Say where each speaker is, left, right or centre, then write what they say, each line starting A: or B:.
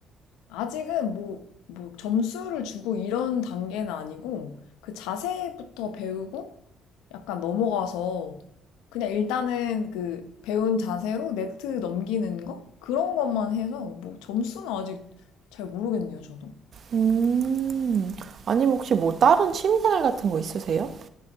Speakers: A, on the left; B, on the right.
A: 아직은 뭐, 뭐 점수를 주고 이런 단계는 아니고 그 자세부터 배우고 약간 넘어가서 그냥 일단은 그 배운 자세로 네트 넘기는 거? 그런 것만 해서 뭐 점수는 아직 잘 모르겠네요, 저도.
B: 음. 아니면 혹시 뭐 다른 취미생활 같은 거 있으세요?